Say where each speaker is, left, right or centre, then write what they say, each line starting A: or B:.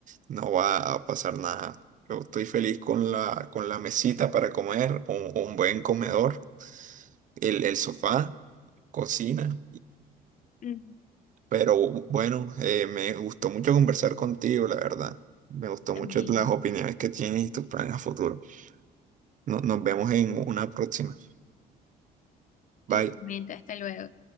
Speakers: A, on the right; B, on the left.
A: no va a pasar nada. Yo estoy feliz con la, con la mesita para comer, un, un buen comedor, el, el sofá, cocina.
B: Mm,
A: Pero bueno, eh, me gustó mucho conversar contigo, la verdad. Me gustó
B: También.
A: mucho las opiniones que tienes y tus planes a futuro. No- nos vemos en una próxima.
B: Igualmente,
A: Bye.
B: hasta luego.